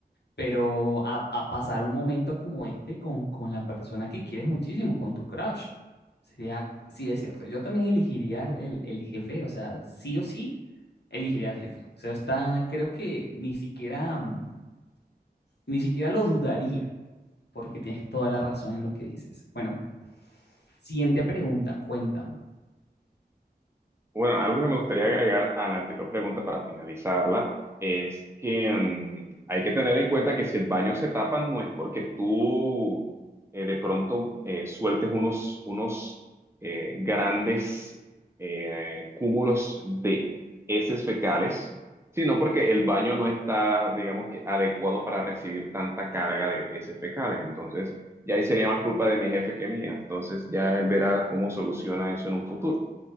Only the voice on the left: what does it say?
Pero a, a pasar un momento como este con, con la persona que quieres muchísimo, con tu crush. Sería, sí es cierto, yo también elegiría el, el- el jefe, o sea, sí o sí, elegiría al jefe. O sea, está, creo que ni siquiera, mm, ni siquiera lo dudaría, porque tienes toda la razón en lo que dices. Bueno, siguiente pregunta, cuéntame.